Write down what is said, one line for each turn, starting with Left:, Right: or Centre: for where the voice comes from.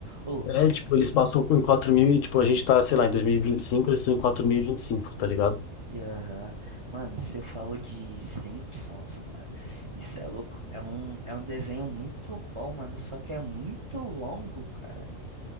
Right: Ô,
Left: É, tipo, eles passam em quatro mil e, tipo, a gente tá, sei lá, em 2025 eles estão em 4025 tá ligado?
Right: E, Aham. Mano, você falou de Simpsons, mano. Isso é louco. É um, é um desenho muito bom, mano. Só que é muito longo, cara.